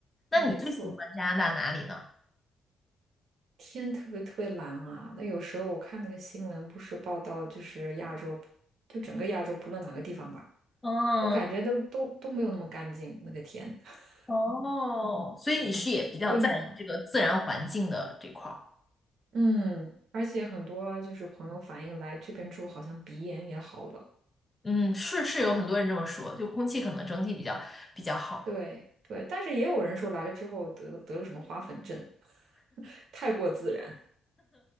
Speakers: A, on the left; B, on the right.
A: 那你最喜欢加拿大哪里呢？
B: 没错，天特别特别蓝啊。那有时候我看那个新闻，不是报道就是亚洲，就整个亚洲不论哪个地方吧，
A: 嗯，
B: 我感觉都都都没有那么干净，那个天 <laughs>
A: 哦，所以你是也比较在意这个自然环境的这块儿。
B: 灰蒙蒙。嗯，而且很多就是朋友反映来这边住，好像鼻炎也好了。
A: 嗯，是是有很多人这么说，就空气可能整体比较比较好，
B: 对对，但是也有人说来了之后得得了什么花粉症，<laughs> 太过自然，